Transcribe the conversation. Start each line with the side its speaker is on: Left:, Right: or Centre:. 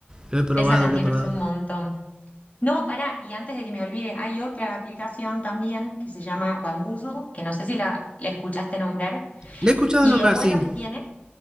Right: Lo he probado,
Left: esa también
Right: lo he probado.
Left: usé un montón. No, pará, y antes de que me olvide, hay otra aplicación también que se llama Bamboozle, que no sé si la, la escuchaste nombrar.
Right: La he escuchado
Left: Y
Right: nombrar,
Left: lo bueno
Right: sí.
Left: que tiene